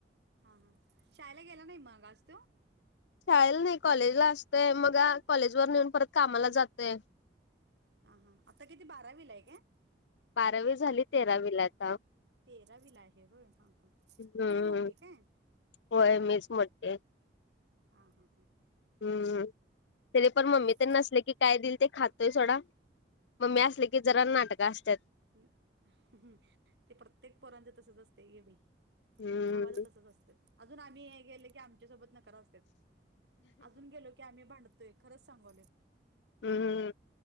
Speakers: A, on the right (about 80°); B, on the left (about 85°).
A: हा हा शाळेला गेला नाही मग आज तो
B: शाळेला नाही कॉलेजला असते मग कॉलेज वर नेऊन परत कामाला जाते
A: ह हा आता किती बारावीला आहे का
B: बारावी झाली तेरावी ला आता
A: तेरावीला आहे हो हा हा
B: हम्म
A: तूच मोठी काय
B: होय मीच मोठी आहे
A: ह हा हा
B: हम्म त्याले पण
A: आमच्यात
B: मम्मी तर नसले की काय दिल ते खातोय सोडा म मी असले की जरा नाटक असतात
A: हम् ते प्रत्येक पोरांचे तसच असते ए बि
B: हम्म
A: भावाच तसच असते अजून आम्ही हे गेले की आमच्या सोबत नकार अस अजून गेलो की आम्ही भांडतोय खरच सांगवले
B: हम् हम